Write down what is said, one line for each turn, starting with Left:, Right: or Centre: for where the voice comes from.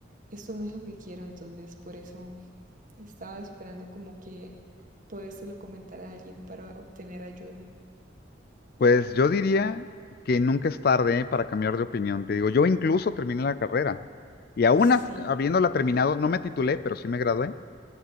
Right: esto no es lo que quiero, entonces por eso estaba esperando como que podérselo comentar a alguien para obtener ayuda.
Left: Pues yo diría que nunca es tarde para cambiar de opinión. Te digo, yo incluso terminé la carrera y aún
Right: Sí.
Left: as- habiéndola terminado, no me titulé, pero sí me gradué.